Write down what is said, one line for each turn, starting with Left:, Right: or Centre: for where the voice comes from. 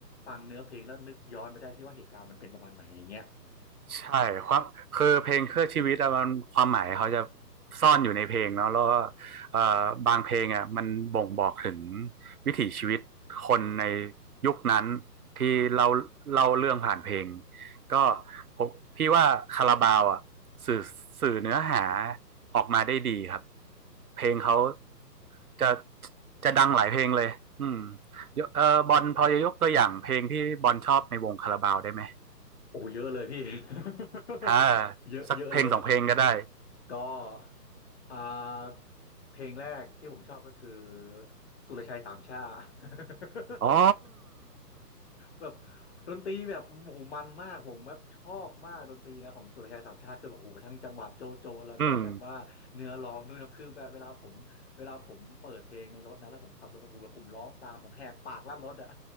Left: ฟังเนื้อเพลงแล้วนึกย้อนไปได้ที่ว่าเหตุการณ์มันเป็นประมาณไหนอย่างเงี้ย
Right: ใช่ความคือเพลงเครื่องชีวิตอะมันความหมายเขาจะซ่อนอยู่ในเพลงเนาะแล้วก็เอ่อบางเพลงอะมันบ่งบอกถึงวิถีชีวิตคนในยุคนั้นที่เราเล่าเรื่องผ่านเพลงก็ผมพี่ว่าคาราบาวอะสื่อสื่อเนื้อหาออกมาได้ดีครับเพลงเขาจะจะดังหลายเพลงเลยอืมยกเออบอลพอจะยกตัวอย่างเพลงที่บอลชอบในวงคาราบาวได้ไหม
Left: โอ้เยอะเลยพี่ <laughs>
Right: อ่า
Left: เยอะเยอะเลยอ่ะ
Right: สักเพลงสองเพลงก็ได้
Left: ก็อ่าเพลงแรกที่ผมชอบก็คือสุรชัยสามช่า <laughs>
Right: อ๋อ
Left: แบบดนตรีแบบโอ้โหมันมากผมแบบชอบมากดนตรีนะของสุรชัยสามช่าคือแบบโอ้โหทั้งจังหวัดโจโจแล้วก็แบบว่าเนื้อร้องนู่นนะคือแบบเวลาผมเวลาผมเปิดเพลงในรถนะแล้วผมขับรถไปโอ้โหูแบบผมร้องตามผมแหกปากลั่นรถอ่ะ
Right: อืม